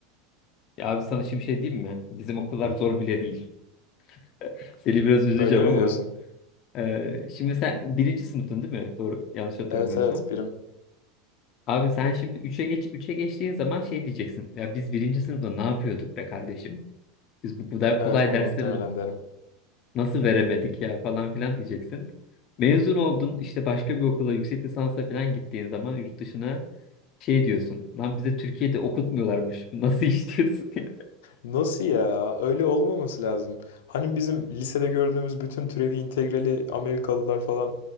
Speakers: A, on the left (about 35°); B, on the left (about 85°).
A: Ya abi sana şimdi bir şey diyeyim mi? Bizim okullar zor bile değil. <laughs> Seni biraz üzeceğim
B: Öyle mi
A: ama.
B: diyorsun?
A: e, şimdi sen birinci sınıftın değil mi? Doğru. Yanlış hatırlamıyorsam.
B: Evet evet birim.
A: Abi sen şimdi üçe geç, üçe geçtiğin zaman şey diyeceksin. Ya biz birinci sınıfta ne yapıyorduk be kardeşim? Biz bu kadar
B: Evet
A: kolay
B: onu
A: dersleri
B: muhtemelen derim.
A: Nasıl veremedik ya falan filan diyeceksin. Mezun oldun işte başka bir okula yüksek lisansa falan gittiğin zaman yurt dışına şey diyorsun. Lan bize Türkiye'de okutmuyorlarmış. <laughs> Nasıl iş diyorsun ya?
B: Nasıl ya? Öyle olmaması lazım. Hani bizim lisede gördüğümüz bütün türevi integrali Amerikalılar falan